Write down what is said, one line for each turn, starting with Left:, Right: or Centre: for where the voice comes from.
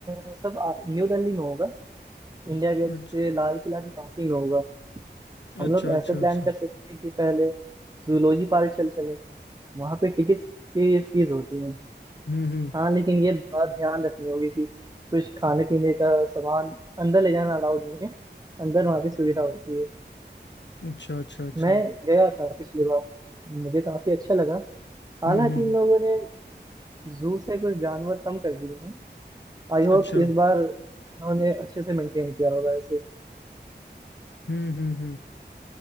Right: अ, सब आ- न्यू दिल्ली में होगा इंडिया गेट
Left: अच्छा
Right: से लाल किला के पास ही में होगा हम
Left: अच्छा
Right: लोग
Left: अच्छा
Right: ऐसे प्लान
Left: अच्छा
Right: कर सकते हैं कि पहले जूलॉजी पार्क चल चले वहां पे टिकट्स की फीस होती है
Left: हम्म हम्म
Right: हाँ लेकिन ये बात ध्यान रखनी होगी कि कुछ खाने पीने का सामान अंदर ले जाना अलाउड नहीं है अंदर वहाँ पे सुविधा होती है
Left: अच्छा अच्छा अच्छा
Right: मैं गया था पिछली बार मुझे काफी अच्छा लगा हालांकि
Left: हम्म हम्म हम्म,
Right: इन लोगों ने जू से कुछ जानवर कम कर दिए हैं आई होप
Left: अच्छा
Right: इस बार उन्होंने अच्छे से मेंटेन किया होगा इसे
Left: हम्म हम्म हम्म